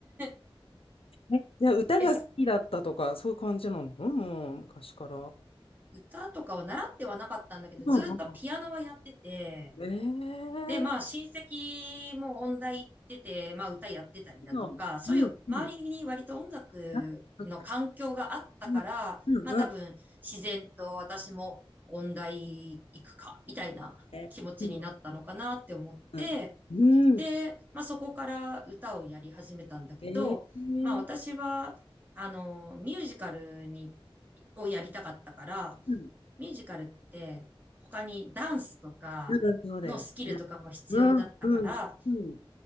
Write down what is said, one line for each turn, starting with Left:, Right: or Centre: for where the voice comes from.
Right: <laughs>
Left: え、じゃあ歌が好きだったとか、
Right: です。
Left: そういう感じなのうんもう昔から。
Right: 歌とかは習ってはなかったんだけど、
Left: うんうん。
Right: ずっとピアノはやってて、
Left: ええ、
Right: で、まあ親戚も音大行ってて、まあ歌やってたりだとか、
Left: うんうん。
Right: そういう周りに割と音楽の環境があったから、
Left: あそっかうんうんうん
Right: まあ多分自然と私も音大行くか、みたいな気持ちになったのかなって思って、
Left: ね。うん。うん。
Right: で、
Left: うん。
Right: まあそこから歌をやり始めたんだけど、
Left: ええー。
Right: まあ私は、あの、ミュージカルに、をやりたかったから、
Left: うん。
Right: ミュージカルって他にダンスとかのスキルとかも必要だったから、
Left: うんそうだよね。うん、うん、うん、